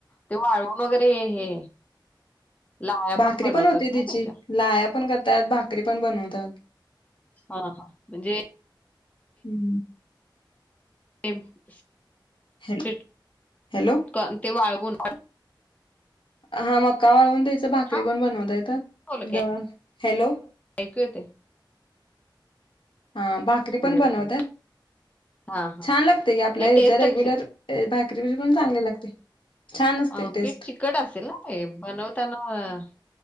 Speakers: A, on the left; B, on the left.
A: ते वाळव वगैरे हे लाह्या
B: भाकरी
A: बनवतात
B: पण होती
A: ना
B: तिची,
A: त्याच्या?
B: लाह्या पण करतात भाकरी पण बनवतात.
A: हा हा म्हणजे
B: हम्म
A: <inaudible>
B: हॅल हॅलो
A: काल ते वाळवून
B: हा मका वाळवून त्याच भाकरी
A: हां,
B: पण बनवता येतात,
A: बोला की
B: दळून, हॅलो
A: ऐकू येतय.
B: हा भाकरी
A: ते
B: पण
A: ते
B: बनवत्यात?
A: बकरीची. हां, हां.
B: छान लागते की आपल्या
A: ते
B: ह्याच्या
A: टेस्ट
B: रेग्युलर,
A: कशी
B: अ भाकरी पेक्षा पण चांगली लागते. छान असते
A: अ
B: टेस्ट.
A: पीठ चिकट असेल ना ते, बनवताना अ